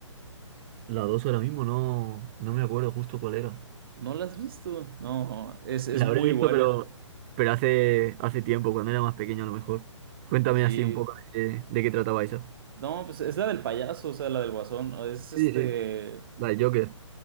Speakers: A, on the right; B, on the right.
A: La 2 ahora mismo no, no me acuerdo justo cuál era.
B: ¿No la has visto? No, es, es
A: La
B: muy
A: habré visto,
B: buena.
A: pero, pero hace, hace tiempo, cuando era más pequeño a lo mejor. Cuéntame
B: Sí.
A: así un poco de, de qué trataba eso.
B: No, pues es la del payaso, o sea, la del guasón. Es
A: Sí,
B: este.
A: sí, la de Joker.